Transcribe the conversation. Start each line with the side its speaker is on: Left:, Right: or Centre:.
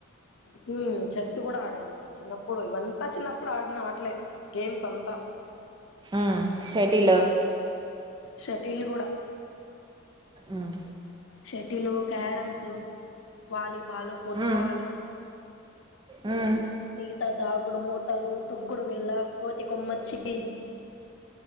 Left: హ్మ్ చెస్సు కూడా ఆడానమ్మా చిన్నప్పుడు ఇవంతా చిన్నప్పుడు ఆడిన ఆటలే గేమ్స్ అంతా,
Right: ఉమ్, షటిల్
Left: షటిల్ కూడా
Right: ఉమ్,
Left: షటిల్ క్యారమ్స్ వాలీబాలు ఫుట్బాలు
Right: ఉమ్, ఉమ్
Left: ఇంత దాగుడు మూతలు తుక్కుడు విల్లా కోతి కొమ్మచ్చి